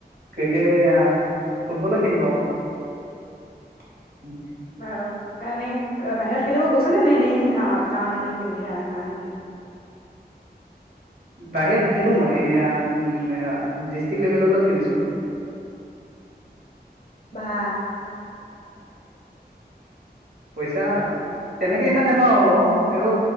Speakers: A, on the right; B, on the left.
A: ক্ৰিকেট ফুটবলে খেলো আৰু
B: বাৰু এনেই বাহিৰত খেলিব গৈছেনে নে এনেই সেই গাঁৱত গাঁৱত এনেই খেলি ধে এনেককাা নেকি
A: বাহিৰত খেলো মই ডিষ্ট্ৰিকট লেভেললৈ খেলিছো
B: বাহ
A: পইচা তেনেকে ইমান নাপাও বাৰ তেওঁ